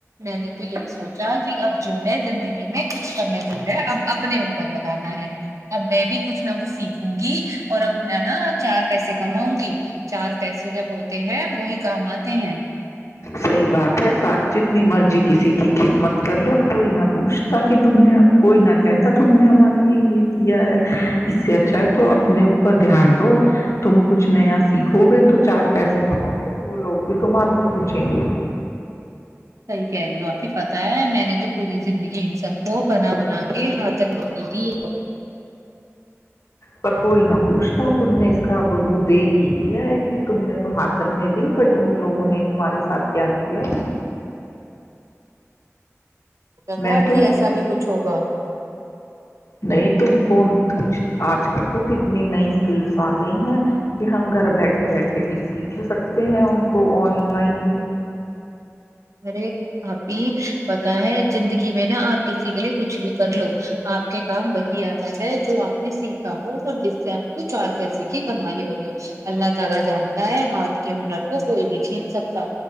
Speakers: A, on the right; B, on the left.
A: میں نے تو یہی سوچا کہ اب جو ہے زندگی میں کچھ کمیں دور ہے اب اپنے اوپر لگانا ہے اب میں بھی کچھ نہ کچھ سیکھوں گی اور اپنا نہا چار پیسے کماؤں گی چار پیسے جب ہوتے ہیں وہی کام آتے ہیں
B: سحیح بات ہے سات جتنی مرضی کسی کی خدمت کر لو کوئی نہ پوچھتا کہ تم نے کوئی نہ کہتا تم نے ہمارے لیے یہ کیا ہے اس سے اچھا ہے تو اپنے اوپر دھیان دو تم کچھ نیا سیکھو گے تو چار پیسے کماؤ گے تو وہ لوگ بھی تمار تو پوچھیں گے
A: صحیح کہہ رہی ہ ہو آپ ہی پتہ ہے میں نے تو پوری زندگی ان سب وہ بنا بنا کے خاتن کیجی
B: پر کوئی نہ پوچھتا تم نے اس کا وہ دیکھ ہی لیا ہے کہ تم نے تو ہاتھن میں دی بٹ ان لوگوں نے تمہارے ساتھ کیا کیا
A: سوچا تھا
B: میں تو
A: کہ ایسا بھی کچھ ہوگا
B: نہیں تم کو کچھ آج کل تو کتنی نئی اسکلس آ گئی ہیں کہ ہم گھر بیٹھے بیٹھے بھی سیکھ سکتے ہیں ان کو آن لائن بھی
A: ارے بھابھی پتا ہے زندگی میں نا آپ کسی کے لیے کچھ اتا نہیں ہے سر لو اپ کے کام وہی اتا ہے جو اپ نے سیکھاؤں پر جس سے اپ کو چار پیسے کی کمائی ہو رہی ہو اللہ تعالی جانتا ہے ہاتھ کے ہنر کو کوئی بھی چھین سکتا